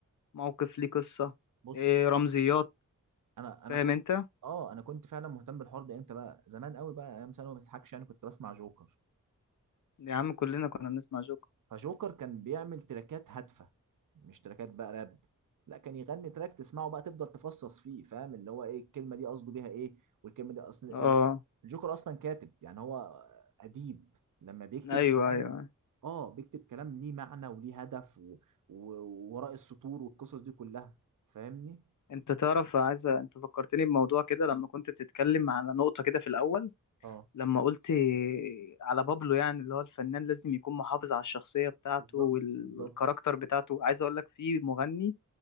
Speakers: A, on the left; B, on the right.
A: موقف ليه قصه
B: بص
A: إيه، رمزيات
B: انا انا
A: فاهم
B: كنت
A: انت
B: اه انا كنت فعلا مهتم بالحوار ده امتى بقى زمان قوي بقى ايام ثانوي ما تضحكش يعني كنت بسمع جوكر
A: يا عم كلنا كنا بنسمع جوكر
B: فجوكر كان بيعمل تراكات هادفه مش تراكات بقى راب لا كان يغني تراك تسمعه بقى تفضل تفصص فيه فاهم اللي هو ايه الكلمه دي قصده بيها ايه والكلمه دي اصلا
A: اه
B: الجوكر اصلا كاتب يعني هو اديب لما بيكتب
A: ايوه
B: كلام
A: ايوه
B: اه بيكتب كلام ليه معنى وليه هدف و... و... وراء السطور والقصص دي كلها فاهمني
A: انت تعرف عايز انت فكرتني بموضوع كده لما كنت بتتكلم على نقطة كده في الأول
B: اه
A: لما قلت على بابلو يعني اللي هو الفنان لازم يكون محافظ على الشخصية بتاعته
B: بالظبط
A: وال...
B: بالظبط
A: والكاركتر بتاعته عايز اقول لك في مغني